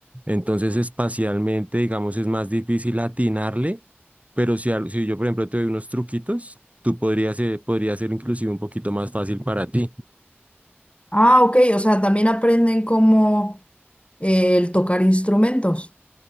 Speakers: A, on the right; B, on the left.
A: Entonces, espacialmente, digamos, es más difícil atinarle, pero si, al- si yo, por ejemplo, te doy unos truquitos, tú podrías ser, podría ser inclusive un poquito más fácil para ti.
B: Ah, ok, o sea, también aprenden como eh, el tocar instrumentos.